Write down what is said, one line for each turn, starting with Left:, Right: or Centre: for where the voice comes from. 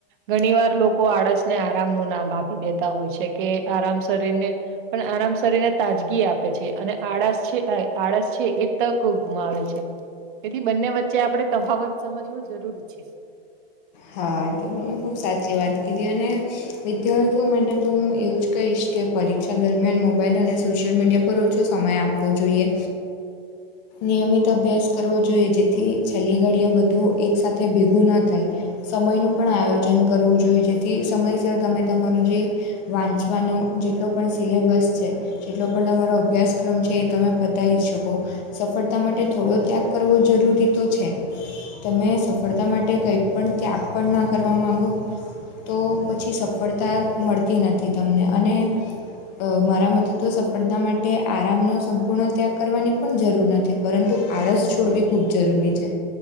Right: ઘણી વાર લોકો આળસને આરામનું નામ આપી દેતા હોય છે કે, આરામ શરીરને પણ આરામ શરીરને તાજગી આપે છે અને આળસ છે અ આળસ છે એ તક ગુમાવે છે. તેથી બંને વચ્ચે આપણે તફાવત સમજવું જરૂરી છે.
Left: હા, એ તો તમે ખૂબ સાચી વાત કીધી અને વિદ્યાર્થીઓ માટે તો હું એવું જ કહીશ કે પરીક્ષા દરમિયાન મોબાઈલ અને સોશિયલ મીડિયા પર ઓછો સમય આપવો જોઈએ. નિયમિત અભ્યાસ કરવો જોઈએ, જેથી છેલ્લી ઘડીઓ બધું એક સાથે ભેગું ન થાય. સમયનું પણ આયોજન કરવું જોઈએ, જેથી સમયસર તમે તમારું જે વાંચવાનો જેટલો પણ સિલેબસ છે. જેટલો પણ તમારો અભ્યાસક્રમ છે, એ તમે પતાઈ શકો. સફળતા માટે થોડો ત્યાગ કરવો જરૂરી તો છે. તમે સફળતા માટે કંઈ પણ ત્યાગ પણ ના કરવા માંગો તો પછી સફળતા મળતી નથી તમને અને અ, મારા મતે તો સફળતા માટે આરામનો સંપૂર્ણ ત્યાગ કરવાની પણ જરૂર નથી. પરંતુ આળસ છોડવી ખૂબ જરૂરી છે,